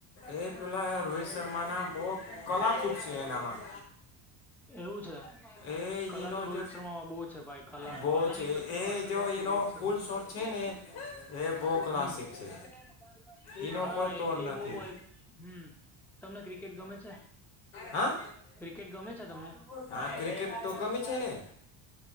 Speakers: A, on the left (about 80°); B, in the centre.
A: એ પેલા રોહિત શર્માના બહુ કલા ખૂબ છે એનામાં
B: એવું છે.
A: એ
B: કલા
A: એનો
B: તો રોહિત
A: જે
B: શર્મામાં બહ છે ભાઈ કલા
A: બો
B: કલાની
A: છે
B: તો, કઈ
A: એ
B: વાત જ
A: જો
B: નથી
A: એનો
B: રોહિત શર્મા
A: ફૂલ શોટ છે, ને એ બહુ ક્લાસિક
B: હમ
A: છે એનો
B: અરા
A: કોઈ તોડ
B: એ, એ
A: નથી
B: બઉ બ હમ તમને ક્રિકેટ ગમે છે.
A: હા
B: ક્રિકેટ ગમે છે, તમને
A: હા ક્રિકેટ તો ગમે છે ને